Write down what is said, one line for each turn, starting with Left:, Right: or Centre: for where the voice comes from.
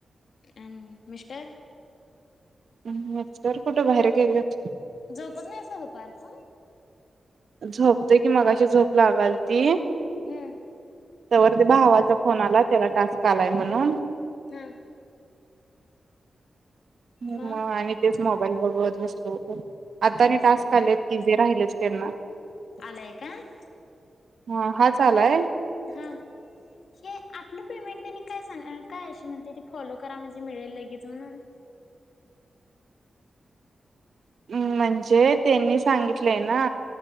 Left: आणि मिस्टर?
Right: हम्म हम्म मिस्टर कुठं बाहेर गेल्यात.
Left: झोपत नाहीसा बघ पारतून
Right: झोपतोय की मगाशी झोप लागाल ती
Left: हम्म
Right: तोवर ते भावाचा फोन आला त्याला टास्क आलाय म्हणून
Left: हा
Right: हं
Left: मग
Right: आणि तेच मोबाईल बघत बसलो होतो. <inaudible> आत्ता आणि
Left: बसला
Right: टास्क
Left: होता
Right: आल्यात की. ते राहिलंच त्यांना.
Left: आलाय का हं
Right: हा हाच आलाय
Left: हम्म हां ते आपलं पेमेंट त्यांनी काय सांग काय अशी म्हणते ती फॉलो करा की म्हणजे मिळेल लगेच म्हणून.
Right: म्हणजे त त्यांनी सांगितलंय ना.